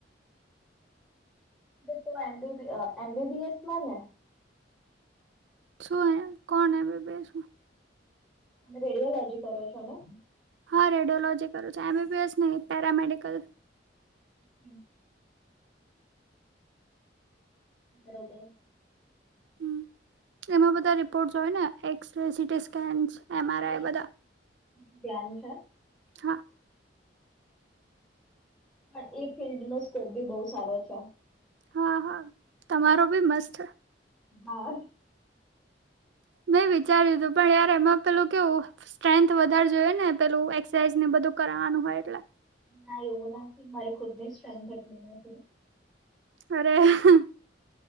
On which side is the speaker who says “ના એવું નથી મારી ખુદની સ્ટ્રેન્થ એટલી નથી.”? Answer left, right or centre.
Centre